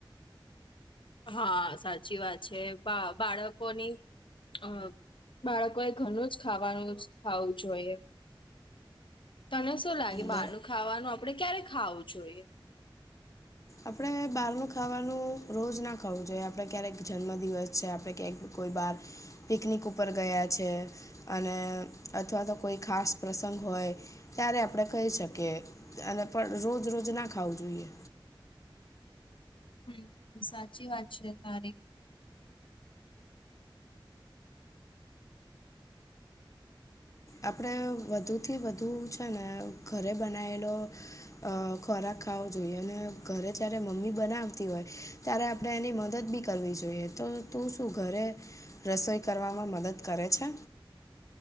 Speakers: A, on the left; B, on the left.
A: હા સાચી વાત છે બા બાળકોની અ બાળકો એ ઘણું જ ખાવાનું જ ખાવું જોઈએ. તને શું લાગે
B: બ
A: બહારનું ખાવાનું આપડે ક્યારે ખાવું જોઈએ?
B: આપણે બહારનું ખાવાનું રોજ ના ખાવું જોઈએ આપણે ક્યારેક જન્મદિવસ છે આપણે ક્યાંક કોઈ બાર પિકનિક ઉપર ગયા છે અને અથવા તો કોઈ ખાસ પ્રસંગ હોય. ત્યારે આપણે ખહી શકીએ અને પણ રોજ રોજ ના ખાવું જોઈએ.
A: હમ સાચી વાત છે તારી.
B: આપણે વધુથી વધુ છે ને ઘરે બનાયેલો અ ખોરાક ખાવો જોઈએ અને ઘરે જ્યારે મમ્મી બનાવતી હોય. ત્યારે આપણે એની મદદ બી કરવી જોઈએ તો તું શું ઘરે રસોઈ કરવામાં મદદ કરે છે?